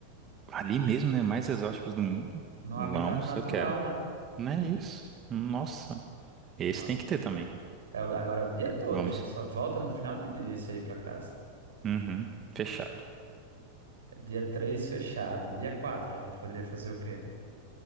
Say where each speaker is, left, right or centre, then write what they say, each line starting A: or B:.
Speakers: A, on the right; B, on the right.
A: ali mesmo, né, mais exóticos do mundo.
B: No
A: Vamos,
B: habitat natural,
A: eu quero.
B: né?
A: Não é isso. Nossa, esse
B: Pronto.
A: tem que ter também.
B: É, o- agora é o dia todo,
A: Vamos.
B: a gente só volta no final do dia esse aí pra casa.
A: Uhum, fechado.
B: É Dia 3 fechado. Dia 4 a gente poderia fazer o quê?